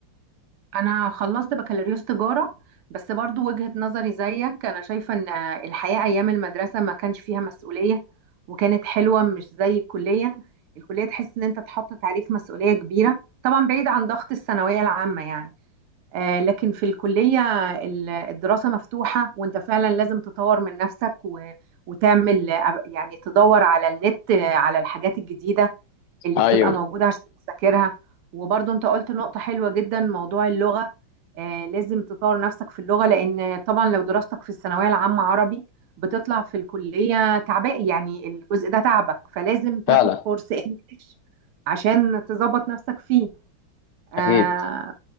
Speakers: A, on the right; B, on the left.
A: انا خلصت بكالوريوس تجارة بس برضو وجهة نظري زيك انا شايفة ان آه، الحياة ايام المدرسة ما كانش فيها مسؤولية وكانت حلوة مش زي الكلية الكلية تحس ان انت اتحطت عليك مسؤولية كبيرة طبعا بعيد عن ضغط الثانوية العامة يعني آه، لكن في الكلية ال- الدراسة مفتوحة وانت فعلا لازم تطور من نفسك و- وتعمل آه، يعني تدور على النت آه، على الحاجات الجديدة اللي
B: أيوه
A: بتبقى موجودة عشان تذاكرها وبرضه انت قلت نقطة حلوة جدا موضوع اللغة آه، لازم تطور نفسك في اللغة لأن طبعا لو دراستك في الثانوية العامة عربي بتطلع في الكلية تعبان يعني الجزء ده تعبك فلازم تاخد
B: فعلا
A: كورس انجليش عشان تظبط نفسك فيه آه،
B: أكيد